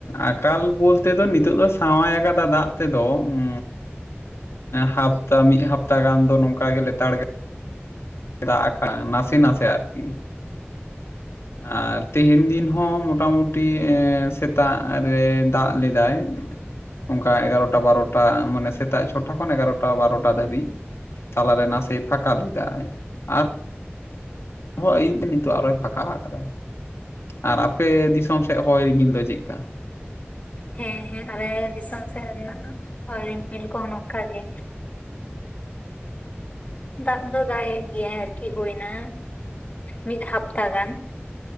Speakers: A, on the left (about 75°); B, on the left (about 35°).
A: ᱟᱠᱟᱞ ᱵᱚᱞᱛᱮ ᱫᱚ ᱱᱤᱛᱳᱜ ᱫᱚ ᱥᱟᱶᱟᱭ ᱟᱠᱟᱫᱟ ᱫᱟᱜ ᱛᱮᱫᱚ ᱩᱸ ᱦᱟᱯᱛᱟ ᱢᱤᱫ ᱦᱟᱯᱛᱟ ᱜᱟᱱ ᱫᱚ ᱱᱚᱝᱠᱟ ᱜᱮ ᱞᱮᱛᱟᱲ ᱜᱮ ᱫᱟᱜ ᱟᱠᱟ-ᱟ ᱱᱟᱥᱮ ᱱᱟᱥᱮ ᱟᱨᱠᱤ᱾ ᱟᱨ ᱛᱮᱦᱮᱧ ᱫᱤᱱ ᱦᱚᱸ ᱢᱳᱴᱟᱢᱩᱴᱤ ᱮᱻ ᱥᱮᱛᱟᱜ ᱨᱮ ᱫᱟᱜ ᱞᱮᱫᱟᱭ᱾ ᱚᱱᱠᱟ ᱮᱜᱟᱨᱚᱴᱟ ᱵᱟᱨᱚᱴᱟ ᱢᱟᱱᱮ ᱥᱮᱛᱟᱜ ᱪᱷᱚᱴᱟ ᱠᱷᱚᱱ ᱮᱜᱟᱨᱚᱴᱟ ᱵᱟᱨᱚᱴᱟ ᱫᱷᱟᱹᱵᱤᱡ᱾ ᱛᱟᱞᱟᱨᱮ ᱱᱟᱥᱮᱭ ᱯᱷᱟᱠᱟ ᱞᱮᱫᱟᱭ ᱟᱨ ᱟᱨᱦᱚᱸ ᱟᱹᱭᱩᱵ ᱱᱤᱛᱚᱜ ᱟᱨᱚᱭ ᱯᱷᱟᱸᱠᱟ ᱟᱠᱟᱫᱟ᱾ ᱟᱨ ᱟᱯᱮ ᱫᱤᱥᱚᱢ ᱥᱮᱫ ᱦᱚᱭ ᱨᱤᱢᱤᱞ ᱫᱚ ᱪᱮᱜ ᱠᱟ?
B: ᱦᱮᱸ ᱦᱮᱸ ᱟᱞᱮ ᱫᱤᱥᱚᱢ ᱥᱮᱫ ᱨᱮᱱᱟᱜ ᱦᱚᱭ ᱨᱤᱢᱤᱞ ᱠᱚ ᱱᱚᱝᱠᱟ ᱜᱮ ᱫᱟᱜ ᱫᱚ ᱫᱟᱜ ᱮᱫ ᱜᱮᱭᱟᱭ ᱟᱨᱠᱤ ᱦᱩᱭᱱᱟ ᱢᱤᱫ ᱦᱟᱯᱛᱟ ᱜᱟᱱ